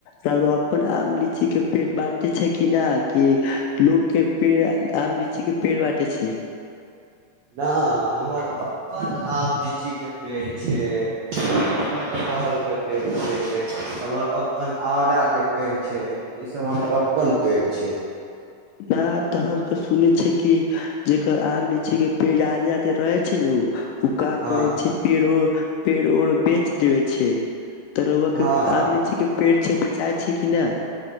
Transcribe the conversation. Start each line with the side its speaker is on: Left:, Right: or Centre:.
Left: राउर अपन आम लीची के पेट बाँटे छै कि न कि लोक के पेड़ आम लीची के पेड़ बाटे छै
Right: न हमर अपन आम लीचीके पेड़ छै हमर अपन कटहलके पेड़ छै हमर अपन औराके पेड़ छै ई सब हमर अपन पेड़ छै
Left: नहि तऽ हम तऽ सुनै छियै कि जेकर आम लीची के पेड़ ज्यादे ज्यादे रहै छै नु ओ उका
Right: हँ
Left: करै छै पेड़ो पेड़ उर बेच देबैय छै तऽ रउआ के
Right: हँ
Left: आम लीची के पेड़ छै बेचाय छै कि ना